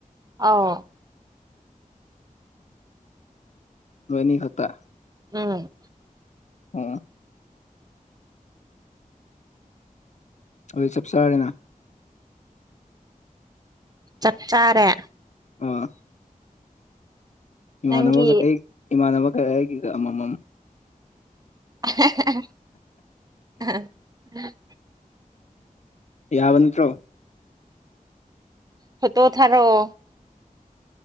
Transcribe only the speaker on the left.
ꯅꯣꯏꯑꯅꯤ ꯈꯛꯇ
ꯑꯣ ꯑꯗꯨ ꯆꯞꯆꯥꯔꯦꯅ
ꯑꯥ ꯏꯃꯥꯟꯅꯕꯒ
ꯑꯩ ꯏꯃꯥꯟꯅꯕꯒ ꯑꯩꯒꯤꯒ ꯑꯃꯃꯝ
ꯌꯥꯕ ꯅꯠꯇ꯭ꯔꯣ